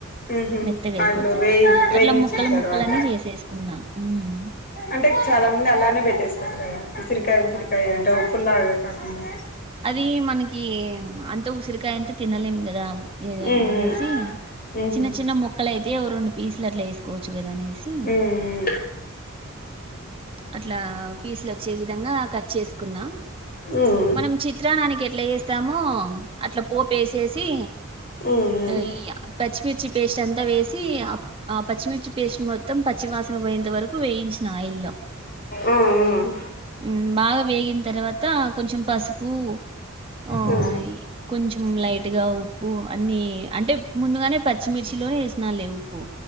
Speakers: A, on the left; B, on the right.
A: ఉహు
B: మెత్తగ అయిపోతాయి
A: ఆయిల్లో వేయి వేగించిన
B: అట్లా ముక్కలు
A: తర్వాత
B: ముక్కల అన్నీ చేసేసుకున్నా హ్మ్
A: అంటే చాలా మంది అలానే పెట్టేస్తారు కదా ఉసిరికాయ ఉసిరికాయ అంటే ఒప్పుళ్ళగ కాకుండా
B: అది మనకి అంత ఉసిరికాయ అంతా తినలేము కదా ఏదో
A: ఉమ్
B: అనేసి
A: ఉహు
B: చిన్న చిన్న మొక్కలయి ఏవో రొండు పీస్లు అట్లా వేసుకోవచ్చు కదా అనేసి
A: ఉమ్
B: అట్లా పీస్లు వచ్చే విధంగా కట్ చేసుకున్నా
A: ఉమ్
B: మనం చిత్రానానికి ఎట్లా చేస్తామో అట్లా పోపేసేసి
A: ఉమ్ ఉమ్
B: అ ఈగ పచ్చి మిర్చి పేస్ట్ అంతా వేసి ఆ పి ఆ పచ్చిమిర్చి పేస్ట్ మ మొత్తం పచ్చివాసన పోయేంత వరకు వేయించిన ఆయిల్లో
A: ఉమ్
B: మ్మ్ బాగా వేగిన తర్వాత కొంచెం పసుపు మ్మ్
A: ఉమ్
B: ఈ కొంచెం లైట్గా ఉప్పు అన్ని అంటే ముందుగానే పచ్చిమిర్చిలోనే వేసినా లే ఉప్పు